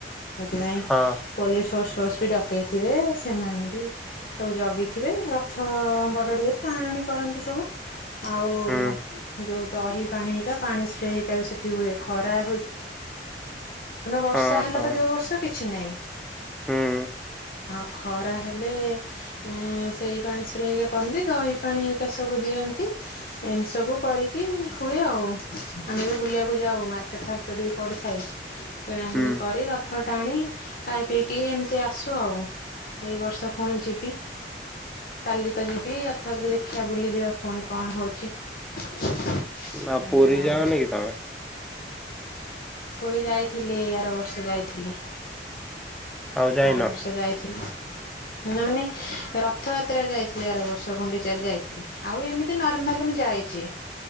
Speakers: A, on the left; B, in the centre.
A: ସେଥିପାଇଁ
B: ହଁ
A: ପୋଲିସ ଫୋର୍ସ ଫୋର୍ସ ବି ଡକେଇଥିବେ ସେମାନେ ବି ସବୁ ଜଗି ଥିବେ ରଥ ବଡ଼ରେ ଟାଣୁଣି କରନ୍ତି ସବୁ ଆଉ
B: ହୁଁ
A: ଯୋଉ ତ। ପା ହେଇ ପାଣି ସ୍ପ୍ରେ ହେଇ ବି ସେଠି ହୁଏ ଖରାଏ ବର୍ଷା
B: ହଁ
A: ହେଲା
B: ହଁ
A: ତ। ଯୋଉ ବର୍ଷ କିଛି ନାଇଁ
B: ହୁଁ
A: ଆଉ ଖରା ହେଲେ ହୁଁ ସେଇ ପାଣି ସୁରି ହେଇକା କରନ୍ତି ଦହି ପାାଣି ହେଇକକା ସବୁ ଦିଅନ୍ତି ଏମିତି ସବୁ କରିକି। ହୁଏ ଆଉ ଆମେ ବି ବୁଲିବାକୁ ଯାଉ ମାର୍କେଟ ଫାର୍କେଟ ବି ପଡିଥାଏ କିଣା
B: ହୁଁ
A: କିିଣି କ କରି ରଥ ଟାଣି ଖାଇ ପିଇକି ଏମତି ଆସୁ ଆଉ ଏଇ ବର୍ଷ ପୁଣି ଯିବି କାଲି ତ ଯିବି କଥାପତରେ ଦେଖିବା ବୁଲିଯିବା ପୁଣି କଣ ହଉଛି। <inaudible>
B: ଆ
A: ଏଇ
B: ପୁରୀ
A: ଆଉ
B: ଯାଅନା କି ତମେ?
A: ପୁରୀ ଯାଇଥିଲି ଆର ବର୍ଷ ଯାଇଥିଲି
B: ଆଉ ଯାଇନ?
A: ଆର ବର୍ଷ ଯାଇଥିଲି ମାନେ -ମାନେ ରଥଯାତ୍ରାରେ ଯାଇଥିଲି ଆର ବର୍ଷ ଗୁଣ୍ଡିଚାର ଯାଇଥିଲି ଆଉ ଏମିତି ନର୍ମାଲ ମୁଁ ଯାଇଛି।